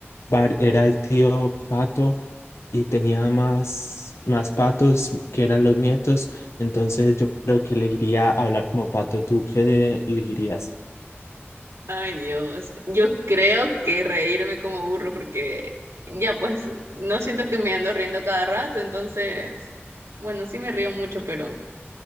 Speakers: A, on the left; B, on the right.
A: var- era el tío pato y tenía más, más patos que eran los nietos, entonces yo creo que elegiría hablar como pato. ¿Tú qué elegirías?
B: Ay, Dios, yo creo que reírme como burro porque ya pues no siento que me ando riendo cada rato, entonces, bueno, sí me río mucho, pero,